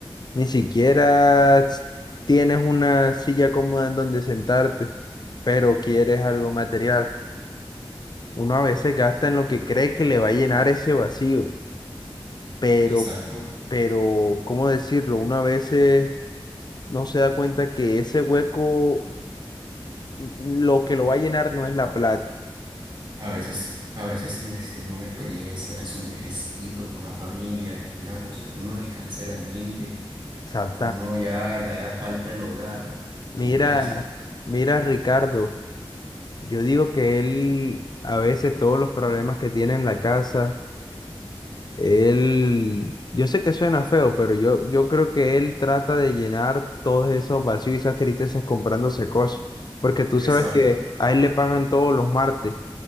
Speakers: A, on the left; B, on the right.
A: Ni siquiera s- tienes una silla cómoda en donde sentarte, pero quieres algo material. Uno a veces gasta en lo que cree que le va a llenar ese vacío, pero,
B: exacto.
A: pero, ¿cómo decirlo? Uno a veces no se da cuenta que ese hueco Lo que lo va a llenar no es la plata.
B: A veces, a veces necesita uno una experiencia, es un viajecito con la familia, una cosa que uno descanse la mente,
A: Exactamente.
B: que uno ya le haga falta el hogar,
A: Mira,
B: su casa,
A: mira, Ricardo, yo digo que él, a veces todos los problemas que tiene en la casa, él, yo sé que suena feo, pero yo, yo creo que él trata de llenar todos esos vacíos y esas tristezas comprándose cosas, porque tú
B: exacto.
A: sabes que a él le pagan todos los martes